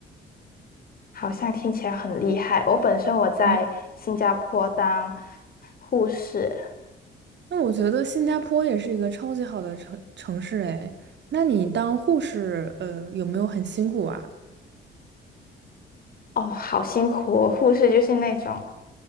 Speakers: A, on the left; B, on the right.
A: 好像听起来很厉害。我本身我在新加坡当
B: 没有。
A: 护士，
B: 那我觉得新加坡也是一个超级好的城城市哎。那你当护士，呃，有没有很辛苦啊？
A: 哦，好辛苦哦护士就是那种，